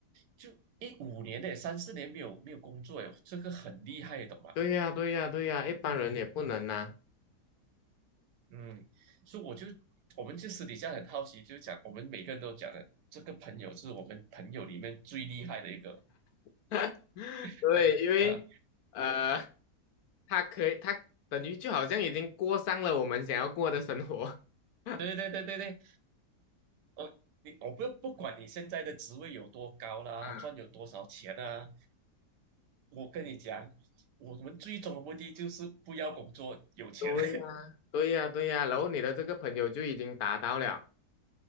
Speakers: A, on the right; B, on the left.
A: 就一五年呢，三四年没有没有工作，诶，这个很厉害，懂吗？
B: 对呀对呀对呀，一般人也不能呐、
A: 嗯，所以我就我们就私底下很好奇，就讲我们每个人都讲了，这个朋友是我们朋友里面最厉害的一个，
B: <laughs>
A: <laughs>
B: 对，因为
A: 呃，
B: <laughs> 呃他可以他等于就好像已经过上了我们想要过的生活，<laughs>
A: 对对对对对，我你我不不管你现在的职位有多高啦，
B: 嗯
A: 赚有多少钱啊。我跟你讲，我们最终的目的就是不要工作，有钱。
B: 对呀，
A: <laughs>
B: 对呀，对呀，然后你的这个朋友就已经达到了，